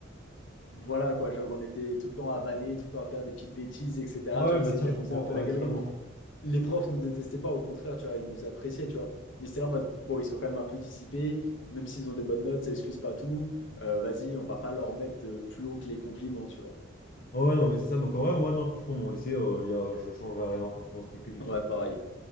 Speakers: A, on the left; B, on the left.
A: voilà, quoi, genre on était tout le temps à vanner, tout le temps à faire des petites bêtises, etc.
B: Ouais,
A: Tu
B: ouais,
A: vois, essayer
B: bien sûr,
A: d'amuser
B: je comprends,
A: un peu la
B: ouais,
A: galerie
B: totalement.
A: les profs nous détestaient pas, au contraire, tu vois, ils nous appréciaient, tu vois. Mais c'était là en mode, bon, ils sont quand même un peu dissipés, même s'ils ont des bonnes notes, ça excuse pas tout. Euh, vas-y, on va pas leur mettre euh, plus haut que les compliments, tu vois.
B: Ouais, ouais, non, mais c'est ça, donc en vrai, moi, non, franchement, mon lycée, euh, il y a- je changerais rien, franchement, c'était que du
A: Ouais,
B: kiff.
A: pareil.